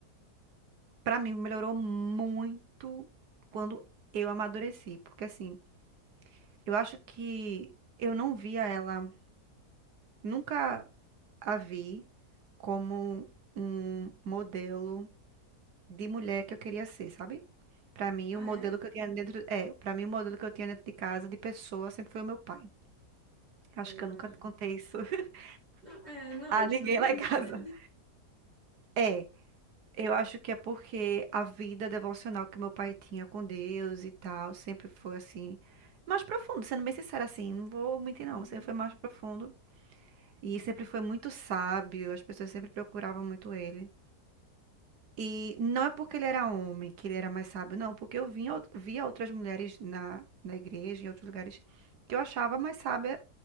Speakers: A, on the right; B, on the right.
A: pra mim melhorou muito quando eu amadureci, porque assim. Eu acho que eu não via ela, nunca a vi como um modelo de mulher que eu queria ser, sabe? Pra mim,
B: Ah,
A: o modelo
B: é?
A: que eu tinha dentro, é, para mim o modelo que eu tinha dentro de casa de pessoa sempre foi o meu pai. Acho
B: Ah,
A: que eu nunca contei isso <laughs>
B: não, é, não,
A: a
B: é diferente,
A: ninguém lá em casa.
B: né?
A: É, eu acho que é porque a vida devocional que meu pai tinha com Deus e tal, sempre foi assim, mais profundo, sendo bem sincera assim, não vou mentir não,
B: Uhum,
A: sempre foi mais profundo. E sempre foi muito sábio, as pessoas sempre procuravam muito ele. E não é porque ele era homem que ele era mais sábio, não, porque eu vinha, out- via outras mulheres na, na igreja, em outros lugares, que eu achava mais sábia